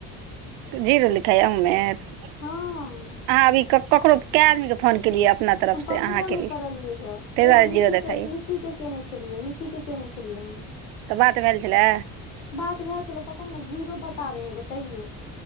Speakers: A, on the right (about 75°); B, on the left (about 85°).
A: जीरो लिखाइय अहू
B: हँ
A: आब ककरो कए आदमी के फोन केलियै अपना तरफ
B: हम
A: से
B: ककरो
A: अहाँ के
B: नहि
A: लिए ताहि
B: करलियै गऽ
A: दुआरे
B: एगो निक्की
A: जीरो देखाइयए।
B: के निक्की के केने छलियै निकी के केने छलियै हँ
A: तऽ बात भैल छलै।
B: बात भए छलै पता ने जीरो बताबे हे ग तैयो।